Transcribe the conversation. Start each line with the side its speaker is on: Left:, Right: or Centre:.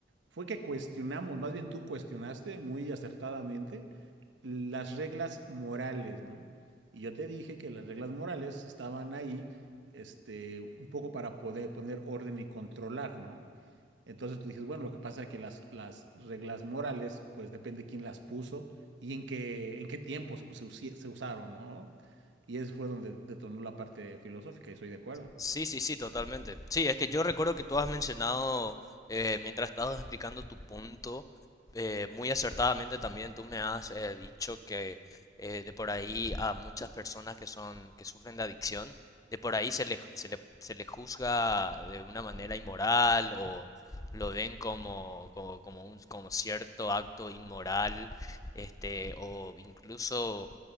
Right: fue que cuestionamos, más bien tú cuestionaste muy acertadamente las reglas morales, ¿no? Y yo te dije que las reglas morales estaban ahí, este, un poco para poder poner orden y controlar, ¿no? Entonces tú dices, bueno, lo que pasa es que las, las reglas morales, pues depende de quién las puso y en qué, en qué tiempo se, se usi- se usaron, ¿no? Y eso fue donde detonó la parte filosófica y soy de acuerdo.
Left: Sí, sí, sí, totalmente. Sí, es que yo recuerdo que tú has mencionado, eh, mientras estabas explicando tu punto, eh, muy acertadamente también tú me has eh, dicho que eh, de por ahí a muchas personas que son, que sufren de adicción, de por ahí se le, se le, se le juzga de una manera inmoral o lo ven como, como, como un, como cierto acto inmoral, este, o incluso